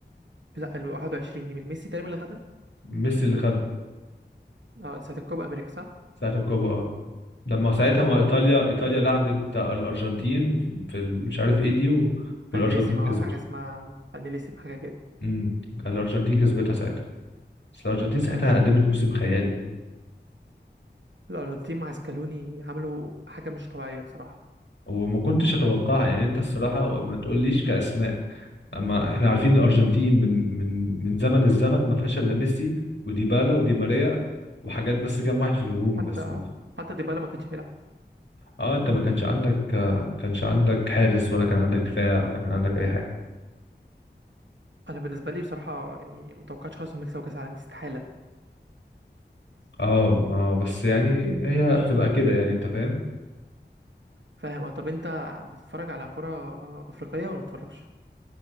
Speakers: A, on the right; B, on the left.
A: لا ال 21 دي مين ميسي تقريبا اللي خدها
B: ميسي اللي خدها
A: اه ساعه الكوبا امريكا صح
B: ساعة الكوبا اه لما ساعتها
A: اكتر
B: ما
A: بالون
B: ايطاليا ايطاليا لعبت الارجنتين في ال- مش عارف ايه دي و...
A: فانيليزم
B: والارجنتين كسبت
A: اه حاجه اسمها فانيليزم حاجه كده
B: امم الارجنتين كسبتها ساعتها بس الارجنتين ساعتها قدمت موسم خيالي
A: الارجنتين مع سكالوني عملوا حاجه مش طبيعيه بصراحه
B: وما كنتش اتوقع يعني انت الصراحه ما تقوليش كاسماء اما احنا عارفين الارجنتين من من من زمن الزمن ما فيهاش الا ميسي وديبالا ودي ماريا وحاجات بس كام واحد في الهجوم
A: حتى
B: بس ما في.
A: حتى ديبالا ما كانش بيلعب
B: اه انت ما كانش عندك آه، كانش عندك حارس ولا كان عندك دفاع ولا كان عندك اي حاجه
A: انا بالنسبه لي بصراحه يعني ما توقعتش خالص انهم يكسبوا كاس العالم دي استحاله
B: اه ما بس يعني هي بتبقى كده يعني انت فاهم
A: فاهم اه طب انت بتتفرج على كره افريقيه ولا ما بتتفرجش